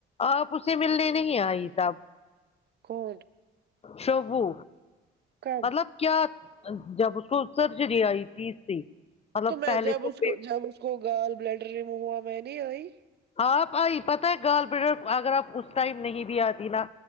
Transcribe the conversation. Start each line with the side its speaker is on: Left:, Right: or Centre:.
Left: آپ اسے ملنے نہیں آئی تب
Right: کون
Left: شبو
Right: کب
Left: مطلب کیا جب اس کوسرجری آئی تھی تھی مطلب
Right: تو میں
Left: پہلے
Right: جب
Left: تو
Right: اس
Left: پیٹ
Right: کو جب اس کو گال بلیڈ ریم ہوا میں نہیں آئی
Left: آپ آئی پتہ ہے گال بر اگر آپ اس ٹائم نہیں بھی آتی نا